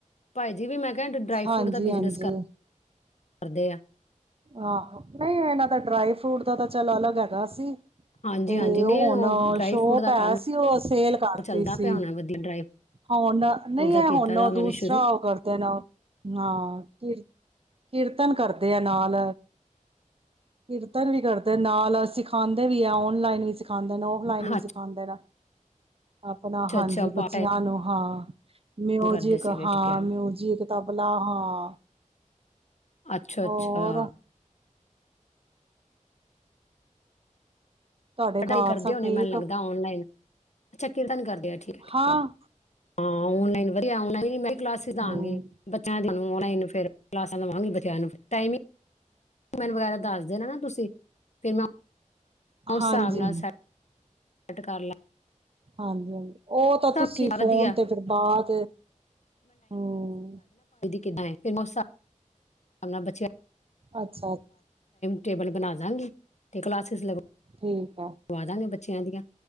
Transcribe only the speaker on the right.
ਹਾਂਜੀ,
ਹਾਂਜੀ
ਆਹੋ ਨਹੀਂ ਇਹਨਾਂ ਦਾ ਡਰਾਈ ਫਰੂਟ ਦਾ ਤਾਂ ਚੱਲ ਅਲੱਗ ਹੈਗਾ ਸੀ
ਤੇ
ਉਹ ਹੁਣ
ਸ਼ੋਪ
ਹੈ
ਸੀ ਉਹ ਸੇਲ ਕਰਤੀ
ਸੀ
ਹੁਣ
ਨਹੀਂ
ਹੈ
ਹੁਣ
ਉਹ
ਦੂਸਰਾ
ਉਹ ਕਰਦੇ ਨੇ ਹਾਂ ਕਿ ਕੀਰਤਨ ਕਰਦੇ ਆ ਨਾਲ ਕੀਰਤਨ ਵੀ ਕਰਦੇ ਨਾਲ ਸਿਖਾਉਂਦੇ ਵੀ ਆ ਔਨਲਾਈਨ ਵੀ ਸਿਖ ਸਿਖਾਂਦੇ ਨੇ ਔਫਲਾਈਨ ਵੀ
ਸਿਖਾਉਂਦੇ ਨੇ ਆਪਣਾ ਹਾਂਜੀ
ਸਾਨੂੰ
ਹਾਂ ਮਿਊਜਿਕ
ਹਾਂ
ਮਿਊਜਿਕ ਤਬਲਾ ਹਾਂ ਹਾਂ
ਹੋਰ
ਤੁਹਾਡੇ
ਘਰ
ਸਭ
ਠੀਕ
ਹਾਂ
ਹਮ
ਹਾਂਜੀ
ਹਾਂਜੀ, ਹਾਂਜੀ ਉਹ ਤਾਂ ਤੁਸੀਂ
ਫੋਨ
ਤੇ ਫਿਰ ਬਾਅਦ ਹਮ
ਅੱਛਾ ਅੱਛਾ
ਹਮ